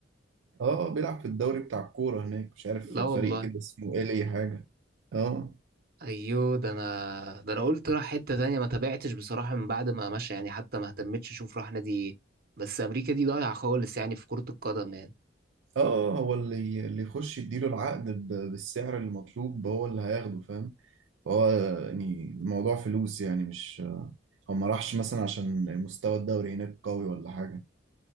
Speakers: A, on the right; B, on the right.
A: اه آه، بيلعب في الدوري بتاع الكورة هناك مش عارف
B: لا
A: فريق
B: والله
A: كده اسمه ايه ليه حاجة اه
B: ايوه ده انا ده انا قلت راح حتة تانية ما تابعتش بصراحة من بعد ما مشى يعني حتى ما اهتمتش اشوف راح نادي ايه بس امريكا دي ضايعة خالص يعني في كرة القدم يعني
A: اه آه، آه، هو اللي اللي يخش يديله العقد ب- بالسعر المطلوب هو اللي هياخده فاهم فهو يعني الموضوع فلوس يعني مش هو ما راحش مثلا عشان مستوى الدوري هناك قوي ولا حاجة